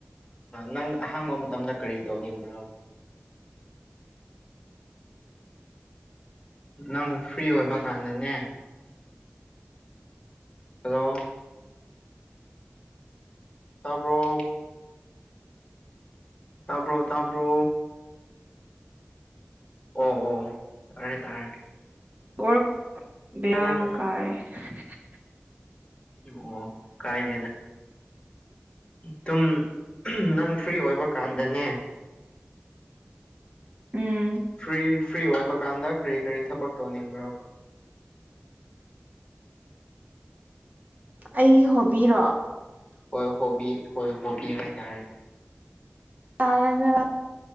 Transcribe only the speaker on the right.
<unintelligible>
ꯎꯝ
ꯑꯩ ꯍꯣꯕꯤꯔꯣ
ꯇꯥꯔꯒ